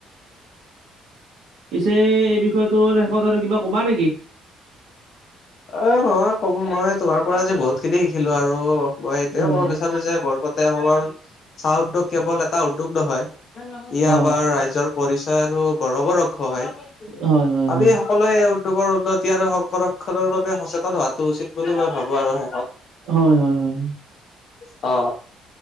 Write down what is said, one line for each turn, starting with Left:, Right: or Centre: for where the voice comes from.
Right: পিছে এই বিষয়টোৰ শেষত আৰু কিবা কবা নেকি।
Left: এ নহয় কম মই তোমাৰ পৰা আজি বহুত খিনি শিকিলোঁ আৰু মই এতিয়াও
Right: অ',
Left: ক'ব বিচাৰোঁ যে বৰপেতা অসমৰ চাহ উদ্যোগ কেৱল এটা উদ্যোগ নহয়। ই
Right: অ',
Left: আমাৰ ৰাইজৰ পৰিচয় আৰু গৌৰৱৰ ক্ষণ হয়।
Right: হয় হয়
Left: আমি
Right: হয়।
Left: সকলোৱে এই উদ্যোগৰ উন্নতি আৰু সংৰক্ষণৰ বাবে সচেতন হোৱাটো উচিত বুলি মই ভাবোঁ আৰু শেষত
Right: হয় হয় হয়,
Left: অ,